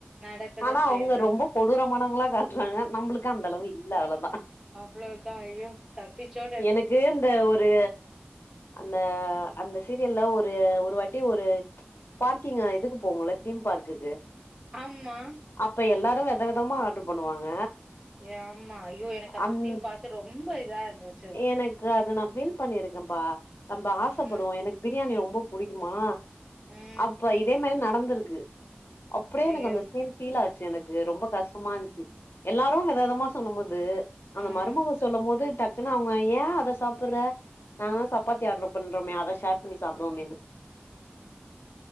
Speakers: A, on the right; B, on the left.
A: நடக்கதா
B: ஆனா
A: செய்யுது
B: அவுங்க
A: ஆமா
B: ரொம்ப கொடூரமானவங்களா காட்டுறாங்க நம்புளுக்கு அந்தளவு இல்ல அவ்ளோதா
A: அவ்ளோ தா ஐய்யோ தப்பிச்சோ
B: எனக்கு இந்த ஒ ரு அந்த அந்த சீரியல்ல ஒரு ஒரு வாட்டி ஒரு பார்க்கிங்கா இதுக்கு போவுங்கள தீம் பார்க்குக்கு
A: ஆம்மா
B: அப்ப எல்லாரு வெத வெதமா ஆட்ரு பண்ணுவாங்க
A: ஏ ஆமா ஐயோ எனக்கு அந்த
B: அந்
A: சீன் பாத்து ரொம்ப இதா இருந்துச்
B: எனக்கு அது நா ஃபீல் பண்ணியிருக்கப்பா நம்ப ஆசப்படுவோ
A: ம்,
B: எனக்கு பிரியாணி ரொம்ப புடிக்குமா
A: ம்.
B: அப்ப இதே மாரி நடந்துருக்கு அப்டியே எனக்கு
A: ஐயோ!
B: அந்த சீன் ஃபீல் ஆச்சு எனக்கு ரொம்ப கஷ்டமா இருந்ச்சு எல்லாரு வெதவெதமா சொல்லும் போது அந்த
A: ம்,
B: மருமவ சொல்லும் போது டக் குன்னு அவுங்க ஏன் அத சாப்புற நாங்க தா சப்பத்தி ஆட்ரு பண்ணறோமே அத ஷேர் பண்ணி சாப்டுவோமேனு
A: ம்